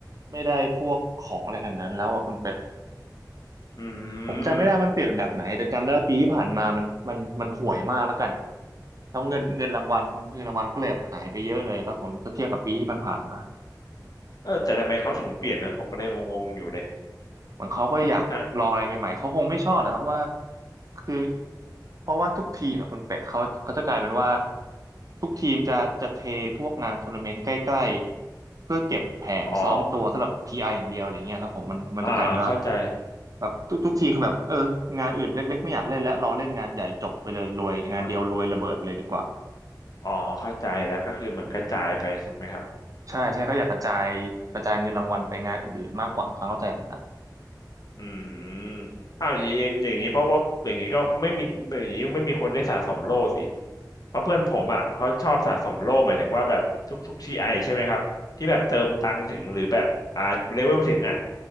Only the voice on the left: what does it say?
อื
ม
เออแต่ทำไมเขาถึงเปลี่ยนนะผมก็เลยงงๆอยู่เลย
ถ้า
อ๋ออ่าเข้าใจ
อ๋ออ๋อเข้าใจแล้วก็คือเหมือนกระจายไปถูกไหมครับ
อืมอ้าวอย่างงี้อย่างนี้เพราะว่าอย่างนี้ก็ไม่มีอย่างนี้ไม่มีคนได้สะสมโล่สิ เพราะเพื่อนผมอ่ะเขาชอบสะสมโล่หมายถึงว่าแบบทุกทุกทีไอใช่ไหมครับที่แบบเติมตังค์ถึงหรือแบบอ่าเลเวลถึงอ่ะ